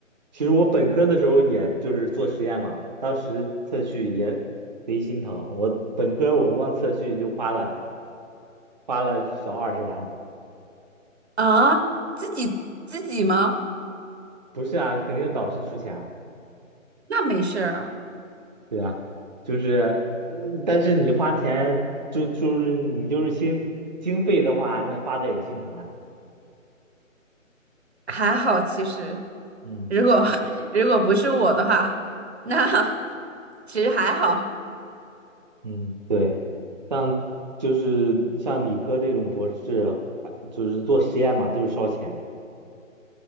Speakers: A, on the right; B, on the right.
A: 其实我本科的时候，也就是做实验嘛，当时测序也贼心疼。我本科我光测序就花了花了小二十万，
B: 啊？自己自己吗？
A: 不是啊，肯定是导师出钱啊，
B: 那没事儿啊，
A: 对啊，就是呃，但是你花钱就就是你就是心经费的话，那花的也心疼啊，
B: 还好其实。
A: 嗯。
B: 如果 <laughs> 如果不是我的话，那 <laughs> 其实还好。
A: 嗯，对，像就是像理科这种博士，还就是做实验嘛，就是烧钱。